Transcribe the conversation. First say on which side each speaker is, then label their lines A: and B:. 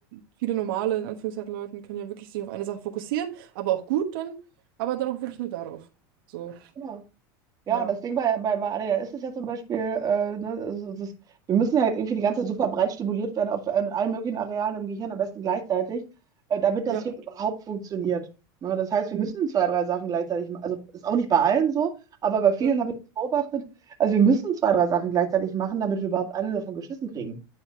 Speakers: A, on the right; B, on the right.
A: viele normale, in Anführungszeichen, Leuten können ja wirklich sich auf eine Sache fokussieren, aber auch gut dann, aber dann auch wirklich nur darauf. So,
B: Genau. Ja,
A: ja.
B: das Ding bei, bei, bei ADHS ist ja zum Beispiel, äh, ne, es, es ist, wir müssen ja irgendwie die ganze Zeit super breit stimuliert werden auf an allen möglichen Arealen im Gehirn, am besten gleichzeitig, äh, damit das
A: Ja,
B: Hirn überhaupt funktioniert. Ne, das heißt, wir müssen zwei, drei Sachen gleichzeitig machen. Also ist auch nicht bei allen so, aber bei vielen
A: äh,
B: habe ich das beobachtet. Also wir müssen zwei, drei Sachen gleichzeitig machen, damit wir überhaupt eine davon geschissen kriegen.